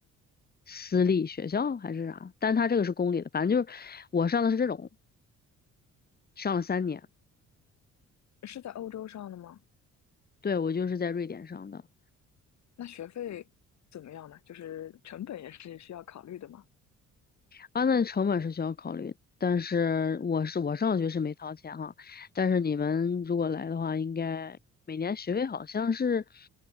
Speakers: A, on the left; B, on the left.
A: 私立学校还是啥？但它这个是公立的，反正就是我上的是这种，上了三年。
B: 是在欧洲上的吗？
A: 对，我就是在瑞典上的
B: 那学费怎么样呢？就是成本也是需要考虑的嘛。
A: 啊，那成本是需要考虑的，但是我是我上学是没掏钱哈，但是你们如果来的话，应该每年学费好像是